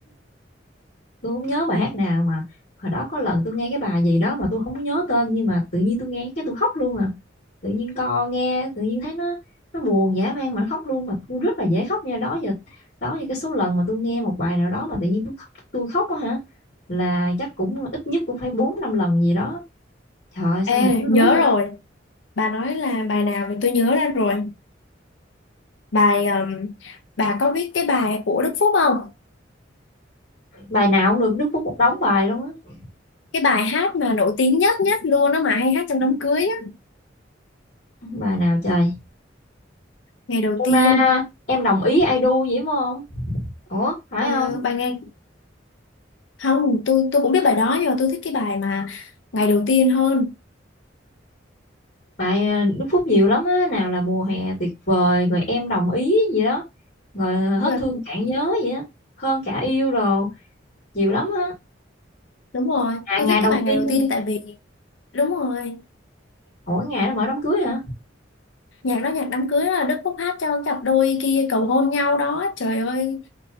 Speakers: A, on the left; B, on the left.
A: tôi không nhớ bài hát nào mà hồi đó có lần tôi nghe cái bài gì đó mà tôi không nhớ tên nhưng mà tự nhiên tôi nghe cái tôi khóc luôn à tự nhiên co nghe tự nhiên thấy nó nó buồn dã man mà nó khóc luôn mà tôi rất là dễ khóc nha đó giờ đó giờ cái số lần mà tôi nghe một bài nào đó mà tự nhiên tôi khóc tôi khóc á hả là chắc cũng ít nhất cũng phải bốn năm lần gì đó trời ơi, sao
B: Ê,
A: mình yếu đuối
B: nhớ
A: vậy
B: rồi, bà nói là bài nào thì tôi nhớ ra rồi. Bài ừm, bà có biết cái bài của Đức Phúc không?
A: bài nào cũng được Đức Phúc một đống bài luôn á
B: Cái bài hát mà nổi tiếng nhất nhất luôn đó mà hay hát trong đám cưới á.
A: bài nào trời
B: Ngày đầu
A: em
B: tiên
A: à, em đồng ý I do vậy phải không ủa phải
B: à,
A: không
B: bài ngày không, tôi tôi cũng biết bài đó nhưng mà tôi thích cái bài mà ngày đầu tiên hơn.
A: Tại à, Đức Phúc nhiều lắm á, nào là mùa hè tuyệt vời, rồi em đồng ý gì đó, rồi à, hết
B: Nhưng mà
A: thương cạn nhớ gì đó, hơn cả yêu đồ, nhiều lắm á.
B: đúng rồi,
A: À
B: tôi
A: ngày
B: thích
A: đầu
B: cái bài ngày
A: tiên,
B: đầu tiên tại vì đúng rồi,
A: mỗi ngày nó mở đám cưới hả?
B: nhạc đó nhạc đám cưới là Đức Phúc hát cho cặp đôi kia cầu hôn nhau đó. Trời ơi,